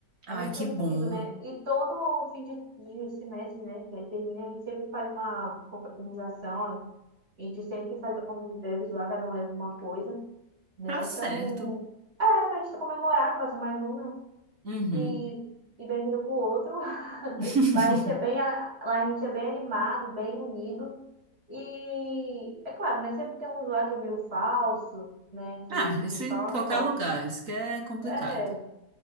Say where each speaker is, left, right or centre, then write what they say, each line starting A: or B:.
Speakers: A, on the right; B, on the right.
A: Ai,
B: A gente
A: que
B: é muito
A: bom.
B: lindo, né? E todo fim de, de semestre, né, que termina, a gente sempre faz uma confraternização, a gente sempre faz uma common lá, cada um leva uma coisa né?
A: Tá certo.
B: Pra não. É, pra gente comemorar que passou mais um, né?
A: Uhum.
B: E, e bem-vindo pro outro. <laughs>
A: <laughs>
B: Lá a gente é bem, a- lá a gente é bem animado, bem unido. E é claro, né? Sempre tem um lá que é meio falso, né? Que,
A: Ah,
B: que
A: isso
B: eu vou te
A: em
B: falar
A: qualquer
B: um negócio.
A: lugar, isso que é complicado.
B: É,